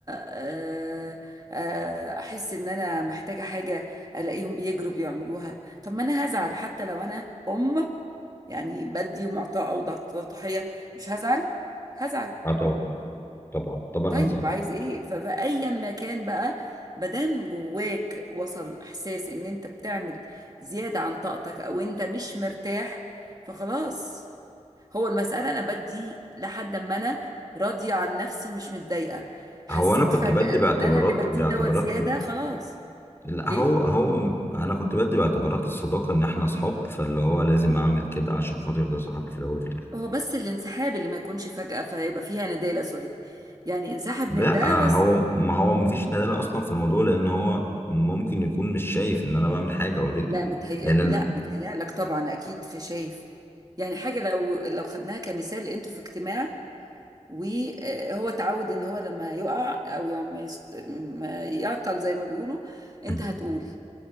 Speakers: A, on the right; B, on the left.
A: آه، آه، احس ان انا محتاجه حاجه الاقيهم بيجروا بيعملوها طب ما انا هزعل حتى لو انا ام يعني بدي ومعطاءه وضحيه مش هزعل هزعل
B: اه طبعا طبعا طبعا
A: طيب
B: اتزعل
A: عايز ايه فبقى ايا ما كان بقى مادام جواك وصل احساس ان انت بتعمل زيادة عن طاقتك او انت مش مرتاح فخلاص هو المسألة انا بدي لحد ما انا راضية عن نفسي مش متضايقة حسيت
B: هو انا كنت
A: فجأة
B: بدي باعتبارات
A: ان انا اللي بديه
B: باعتبارات
A: دوت زيادة خلاص
B: لا هو
A: ايه
B: هو انا كنت بدي باعتبارات الصداقه ان احنا اصحاب فاللي هو لازم اعمل كده عشان خاطر ده صاحبي في الاول وفي الاخر
A: هو بس الانسحاب اللي ما يكونش فجأة فيبقى فيها ندالة سوري يعني انسحب
B: لا
A: من ده بس
B: هو ما هو مفيش دلاله اصلا في الموضوع لان هو ممكن يكون مش شايف ان انا بعمل حاجه اوريدي
A: لا متهيأ
B: لان أنا...
A: لا متهيألك طبعا أكيد في شايف يعني حاجة لو لو خدناها كمثال أنتوا في اجتماع وهو اتعود إن هو لما يقع أو يعني ما يست- ما يعطل زي ما بيقولوا أنت
B: <laughs>
A: هتقول